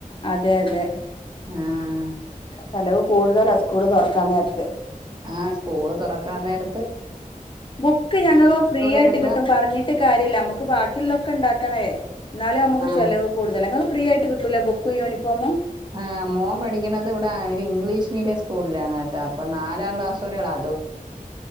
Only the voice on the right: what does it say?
ആഹ്
ആഹ് സ്കൂള് തുറക്കാൻ നേര
വരുമ്പോ
ആഹ്
ആ മോം പഠിക്കണുന്നത് ഇവിടെ ഒരു ഇംഗ്ലീഷ് മീഡിയം സ്കൂളിലാണേട്ടാ അപ്പൊ നാലാം ക്ലാസ് വരെയുള്ള